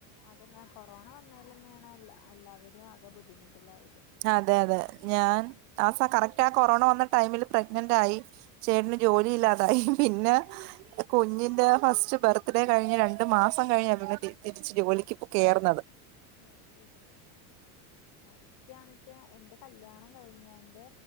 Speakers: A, on the left; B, on the right.
A: അതെന്നെ കൊറോണ വന്നയിൽ തന്നെയാണ്ല്ലാവരും അകെ ബുദ്ധിമുട്ടിലായത്
B: അതെ അതെ ഞാൻ ആസ കറക്റ്റ് ആ കൊറോണ വന്ന ടൈമിൽ പ്രഗ്നന്റ് ആയി ചേട്ടന് ജോലി ഇല്ലാതായി പിന്നെ കുഞ്ഞിന്റെ ഫസ്റ്റ് ബർത്ത് ഡേ കഴിഞ്ഞ് രണ്ടു മാസം കഴിഞ്ഞെ തിരിച്ചു ജോലിക്ക് കേറുന്നത്
A: അഹ് ശരി ആഹ ഇന്ക്കാണച്ചാ എന്റെ കല്യാണം കഴിഞ്ഞന്റെ